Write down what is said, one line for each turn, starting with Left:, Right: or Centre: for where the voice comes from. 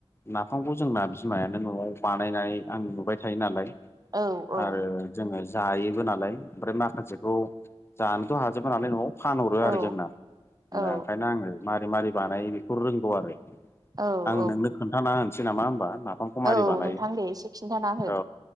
Left: नाफामखौ जोंना बिमायानो न'आव बानायनाय आं नुबाय थायो नालाय
Right: औ औ
Left: आरो जोङो जायोबो नालाय ओमफ्राय माखासेखौ जानोथ' हाजोबो नालाय न'आव फानहरो
Right: औ
Left: आरो जोंना
Right: औ
Left: ओंखायनो आङो मारोरै मारै बानायो बेखौ रोंगौ आरो
Right: औ
Left: आं
Right: औ
Left: नोंनो खोन्थाना होनोसै नामा होनोमबा नाफामखौ मारि
Right: औ
Left: बानायो
Right: नोंथां दे एसे खिन्थाना हो
Left: औ